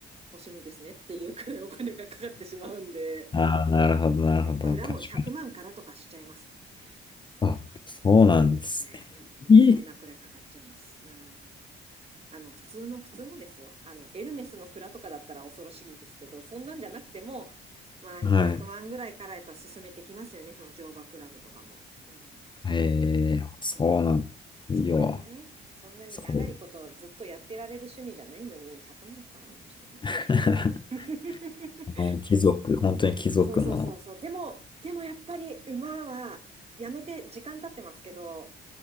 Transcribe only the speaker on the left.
ああ、なるほど、なるほど。
確かに。
あ、そうなんですね。
いい。
はい。
ええそうなん、
いいよ。
すごい。
<laughs>
あの、貴族、本当に貴族の、